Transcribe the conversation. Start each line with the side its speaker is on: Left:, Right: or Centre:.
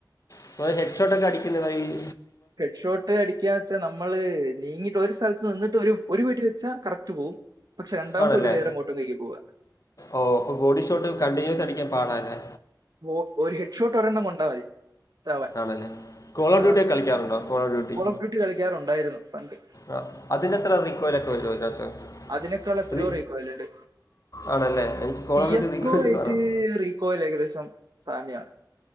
Left: അപ്പോൾ ഹെഡ് ഷോട്ട്ക്കെ അടിക്കുന്നതോ അയിൽ
Right: ഹെഡ് ഷോട്ട് ട്ട് അടിക്കാ വെച്ചാൽ നമ്മള് നീങ്ങിട്ട് ഒരു സ്ഥലത്ത് നിന്നിട്ട് ഒരു വെടി വെച്ചാ കറക്റ്റ് പോവും പക്ഷെ രണ്ടാമത്തെ
Left: ആണല്ലേ
Right: വെടി വേറെ എങ്ങോട്ടേക്ക് പോവുക.
Left: ഓ ബോഡിഷോട്ട് കണ്ടിന്യൂസ് അടിക്കാൻ പാടാല്ലേ
Right: ഒ ഒരു ഹെഡ്ഷോട്ട് ഒരെണ്ണം കൊണ്ടാൽ മതി. ചാവാൻ
Left: ആണല്ലേ കോളർ
Right: ആ
Left: ഡ്യൂട്ടി ഒക്കെ കളിക്കാറുണ്ടോ കോളർ ഡ്യൂട്ടി
Right: കോൾ ഓഫ് കളിക്കാറുണ്ടായിരുന്നു പണ്ട്
Left: ആ അതിനെത്ര റീകോയില് ഒക്കെ വരുവോ ഇതിനകത്ത്
Right: അതിനെക്കാൾ എത്രയോ
Left: അത്
Right: റീ കോയിലുണ്ട്
Left: ആണല്ലേ എനിക്ക് call
Right: C
Left: of duty
Right: S
Left: recoil
Right: go റേറ്റ്
Left: കുറവാണ്
Right: കോയിൽ ഏകദേശം സാമ്യമാ